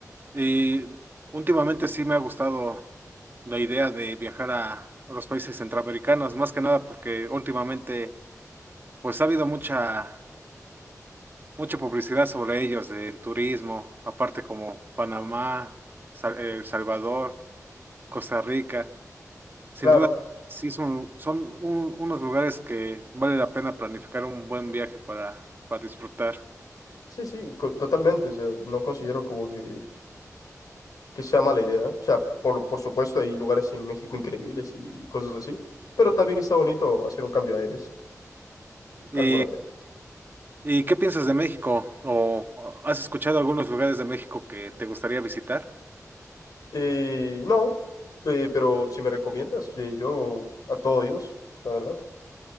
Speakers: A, on the right; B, on the left.
A: Y últimamente sí me ha gustado la idea de viajar a otros países centroamericanos, más que nada porque últimamente pues ha habido mucha mucha publicidad sobre ellos de turismo, aparte como Panamá, Sa- El Salvador, Costa Rica. Sin
B: Claro,
A: duda sí son, son un- unos lugares que vale la pena planificar un buen viaje para, para disfrutar.
B: sí, sí, co- totalmente, o sea, no considero como que que sea mala idea. O sea, por, por supuesto hay lugares en México increíbles y cosas así, pero también está bonito hacer un cambio de aires
A: ¿Y,
B: algunas veces.
A: y qué piensas de México? ¿O has escuchado algunos lugares de México que te gustaría visitar?
B: Eh, no, eh, pero si me recomiendas, eh, yo a todo Dios, la verdad.